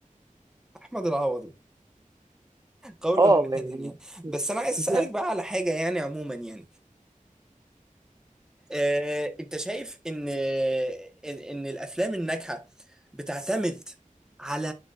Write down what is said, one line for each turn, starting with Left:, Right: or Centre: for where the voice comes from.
Centre: احمد العوضي قولا
Right: اه
Centre: واحدا
Right: يعني
Centre: يعني بس انا عايز اسالك
Right: <laughs>
Centre: بقى على حاجة يعني عموما يعني آه، انت شايف ان ان ان الافلام الناجحه بتعتمد على